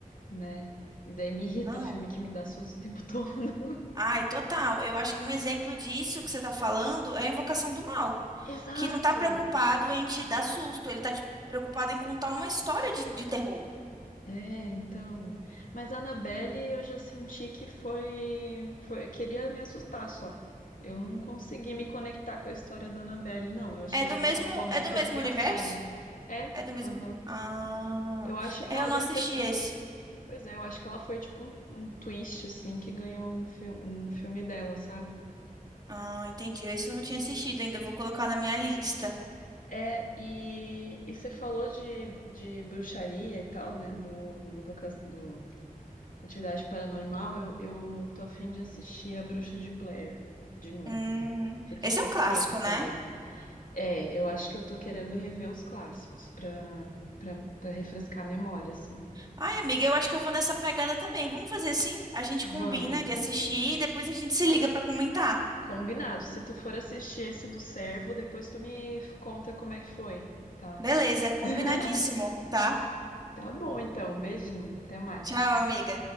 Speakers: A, on the left (about 65°); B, on the right (about 25°).
A: né? E daí me irrita
B: Não.
A: filme que me dá susto o tempo todo. <laughs>
B: Ai, total. Eu acho que um exemplo disso que você está falando é a Invocação do Mal.
A: Exato!
B: que não tá preocupado em te dar susto, ele tá te- preocupado em contar uma história de, de terror.
A: É, então. Mas a Annabelle eu já senti que foi, foi. Queria me assustar só. Eu não consegui me conectar com a história da Annabelle, não. Eu achei
B: É do
A: essa
B: mesmo,
A: boneca
B: é do mesmo
A: desgraçada.
B: universo?
A: É,
B: É do mesmo.
A: aham.
B: Ah,
A: Eu acho que
B: eu
A: ela
B: não
A: deve
B: assisti
A: ter sido.
B: esse.
A: Pois é, eu acho que ela foi tipo um, um twist, assim, que ganhou um, fi- um filme dela, sabe?
B: Ah, entendi. Esse eu não tinha assistido ainda. eu Vou colocar na minha lista.
A: É, e, e você falou de, de bruxaria e tal, né? Do, invoca- do Atividade Paranormal. Eu, eu tô a fim de assistir A Bruxa de Blair de novo,
B: Hum,
A: porque
B: esse
A: faz
B: é um clássico,
A: tempo também.
B: né?
A: É, eu acho que eu tô querendo rever os clássicos pra, pra, pra refrescar a memória, assim.
B: Ai, amiga, eu acho que eu vou nessa pegada também. Vamos fazer assim? A gente combina
A: Vamos,
B: de assistir e depois a gente se liga pra comentar.
A: combinado. Se tu for assistir esse do Servo, depois tu me conta como é que foi, tá?
B: Beleza, combinadíssimo,
A: <laughs>
B: tá?
A: Tá bom, então. Um beijinho. Até mais.
B: Tchau, amiga.